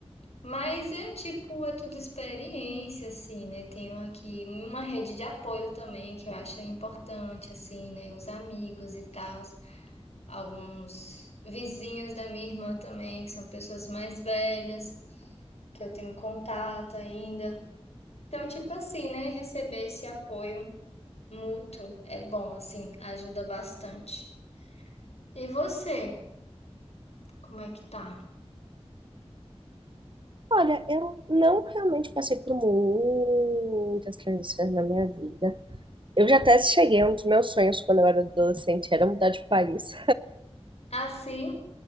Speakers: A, on the left (about 70°); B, on the right (about 50°).
A: Mas é tipo, é tudo experiência, assim, né? Tenho aqui uma rede de apoio também que eu acho importante, assim, né? Os amigos e tal, alguns vizinhos da minha irmã também, que são pessoas mais velhas, que eu tenho contato ainda. Então, tipo assim, né? Receber esse apoio mútuo é bom, assim, ajuda bastante. E você? Como é que tá?
B: Olha, eu não realmente passei por muitas transições na minha vida. Eu já até cheguei, um dos meus sonhos quando eu era adolescente era mudar de país.
A: Assim?